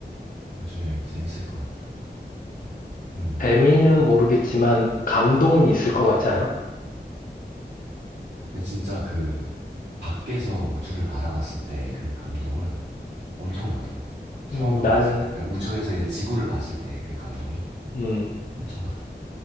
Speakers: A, on the right; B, on the left.
A: 우주여행 재밌을 것 같다. 음,
B: 재미는 모르겠지만 감동은 있을 것 같지 않아?
A: 근데 진짜 그 밖에서 우주를 바라봤을 때 그 감동은 엄청나대. 처음으로
B: 음, 나는
A: 봤을 때, 아, 우주에서 이제 지구를 봤을 때 그 감동이
B: 음,
A: 엄청나대.